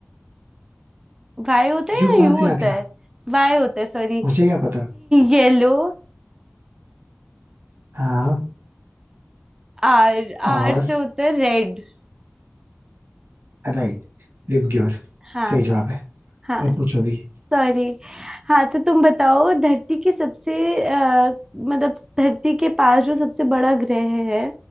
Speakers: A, on the right; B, on the right.
A: वाई होता है
B: यू
A: या
B: कहाँ
A: यू
B: से
A: होता
B: आ गया
A: है वाई होता है सॉरी
B: मुझे क्या पता
A: येलो
B: हाँ
A: आर
B: और
A: आर <laughs> से होता है रेड
B: राइट लिपग्योर
A: हाँ
B: सही जवाब है
A: हाँ
B: अब पूछो भी
A: सॉरी हाँ तो तुम बताओ धरती के सबसे अ, मतलब धरती के पास जो सबसे बड़ा ग्रह है